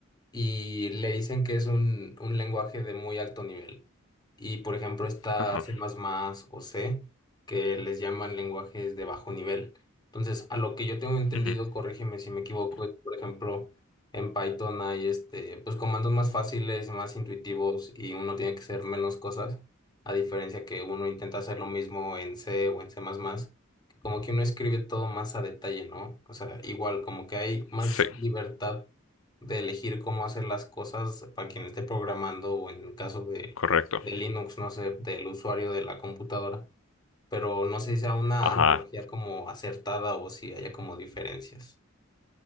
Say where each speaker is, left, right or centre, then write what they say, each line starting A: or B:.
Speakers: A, on the left (about 20°); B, on the left (about 75°).
A: y le dicen que es un, un lenguaje de muy alto nivel. Y por ejemplo está
B: Ajá.
A: C++ o C, que les llaman lenguajes de bajo nivel. Entonces, a lo que yo tengo entendido,
B: ujú.
A: corrígeme si me equivoco, es, por ejemplo, en Python hay este, pues comandos más fáciles, más intuitivos y uno tiene que hacer menos cosas, a diferencia que uno intenta hacer lo mismo en C o en C++. que Como que uno escribe todo más a detalle, ¿no? O sea, igual, como que hay más
B: Sí,
A: libertad de elegir cómo hacer las cosas para quien esté programando o en el caso de,
B: correcto.
A: de Linux, no sé, del usuario de la computadora. Pero no sé si sea una
B: Ajá.
A: analogía como acertada o si haya como diferencias.